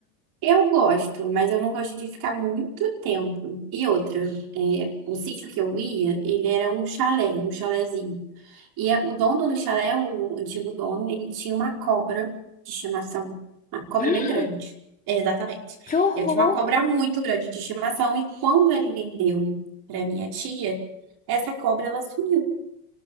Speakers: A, on the right; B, on the left.
A: Eu gosto, mas eu não gosto de ficar muito tempo. E outra, é, o sítio que eu ia, ele era um chalé, um chalézinho. E a- o dono do chalé, o antigo dono, ele tinha uma cobra de estimação, uma cobra
B: <gasps>
A: bem grande. É, Exatamente.
B: Que horror!
A: Eu tinha uma cobra muito grande de estimação e quando ele vendeu para minha tia, essa cobra ela sumiu.